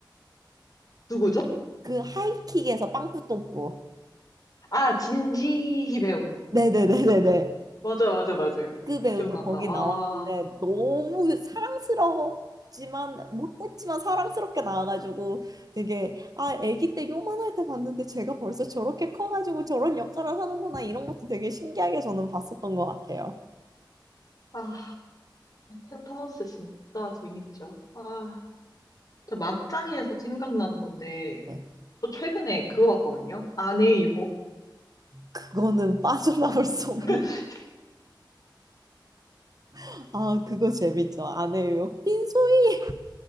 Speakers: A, on the left; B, on the right.
A: 누구죠?
B: 그 하이킥에서 빵꾸똥꾸.
A: 아, 진지 배우님
B: 네네네네네.
A: 맞아요, 맞아요, 맞아요.
B: 그 배우도
A: 기억난다.
B: 거기
A: 아,
B: 나왔는데 너무 사랑스럽지만 못했지만 사랑스럽게 나와가지고 되게 아 아기 때 요만할 때 봤는데 제가 벌써 저렇게 커가지고 저런 역할을 하는구나 이런 것도 되게 신기하게 저는 봤었던 것 같아요.
A: 아, 펜트하우스 진짜 재밌죠. 아, 저 막장에서 생각나는 건데,
B: 네.
A: 또 최근에 그거 봤거든요. 아내의 유혹.
B: 그거는 빠져나올 수 없는.
A: <laughs>
B: <laughs> 아, 그거 재밌죠. 안 해요. 빈소이.